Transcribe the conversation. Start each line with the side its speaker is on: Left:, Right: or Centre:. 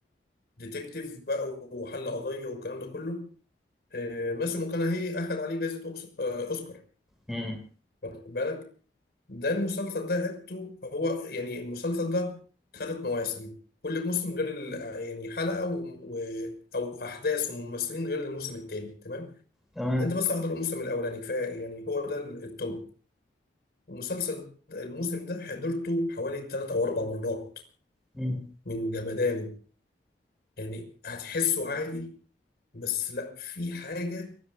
Left: ديتكتيف بقى وحل قضيه والكلام ده كله آه، ماسيو ماكونهي اخذ عليه جائزه أوكس- آه، اوسكار
Centre: مم.
Left: واخد بالك ده المسلسل ده عدته هو يعني المسلسل ده ثلاث مواسم كل موسم غير ال- يعني حلقة و... و... أو أحداث وممثلين غير الموسم التاني تمام
Centre: تمام
Left: أنت بس احضر الموسم الأولاني كفاية يعني هو ده ال- التوب المسلسل ده- الموسم ده حضرته حوالي ثلاث أو أربع مرات
Centre: مم.
Left: من جمدانه يعني هتحسه عادي بس لا في حاجة